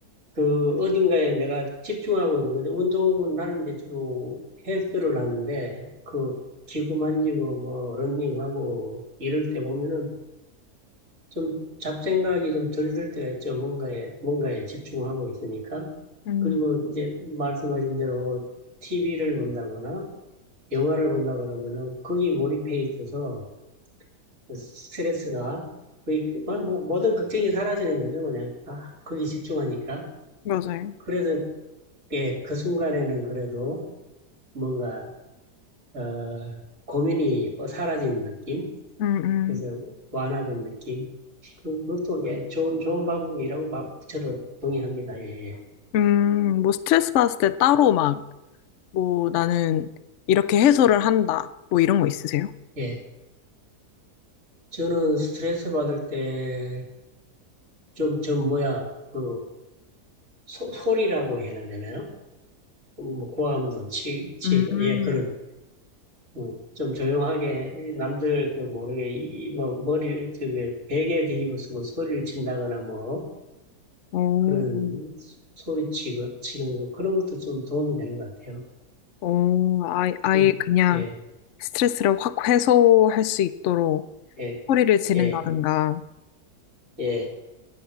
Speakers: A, on the right (about 50°); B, on the left (about 65°).
A: 그 어딘가에 내가 집중하고 있는 건데 운동은 나는 이제 주로 헬스를 하는데 그 기구 만지고 뭐 러닝하고 이럴 때 보면은 좀 잡생각이 좀 덜 들 때가 있죠. 뭔가에 뭔가에 집중하고 있으니까.
B: 음,
A: 그리고 이제 말씀하신 대로 TV를 본다거나 영화를 본다 그러면은 거기 몰입해 있어서 그 스트레스가 거의 그- 뭐, 뭐 모든 걱정이 사라지는 거죠. 그냥 아 거기 집중하니까.
B: 맞아요.
A: 그래서 예, 그 순간에는 그래도 뭔가, 어, 고민이 뭐 사라진 느낌?
B: 음,
A: 그래서
B: 음.
A: 완화된 느낌? 그, 그것도 예, 좋은, 좋은 방법이라고 봐- 저도 동의합니다. 예, 예.
B: 음, 뭐 스트레스 받았을 때 따로 막, 뭐 나는 이렇게 해소를 한다. 뭐 이런 거 있으세요?
A: 예. 저는 스트레스 받을 때 좀, 좀 뭐야, 그, 소, 소리라고 해야 되나요? 뭐 뭐 고함도 치, 치고,
B: 음,
A: 예, 그런, 어, 좀 조용하게, 남들 그 모르게, 이, 뭐, 머리를, 그, 베개 뒤집어 쓰고 소리를 친다거나 뭐,
B: 오,
A: 그런 소리 치고, 치는 거, 그런 것도 좀 도움이 되는 것 같아요.
B: 오, 아, 아예
A: 그,
B: 그냥
A: 예,
B: 스트레스를 확 해소할 수 있도록
A: 예,
B: 소리를 지른다든가.
A: 예, 예.